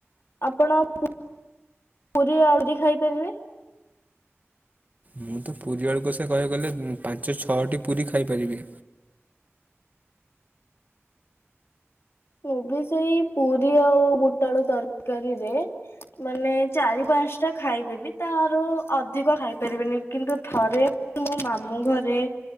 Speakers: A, on the left (about 60°); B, on the right (about 35°).
A: ଆପଣ ପୁରୀ ଆଳୁବି ଖାଇପାରିବେ
B: ମୁଁ ତ ପୁରୀ ବଳକୁ ସେ କହିବାକୁ ଗଲେ ପାଞ୍ଚ ଛଅଟି ପୁରୀ ଖାଇପାରିବି।
A: ମୁ ବି ସେଇ ପୁରୀ ଆଉ ବୋଟାଳୁ ତରକାରୀରେ ମାନେ ଚାରି ପାଞ୍ଚ ଟା ଖାଇଦେବି ତାର ଅଧିକ ଖାଇପାରିବିନି କିନ୍ତୁ ଥରେ ମୋ ମାମୁଁ ଘରେ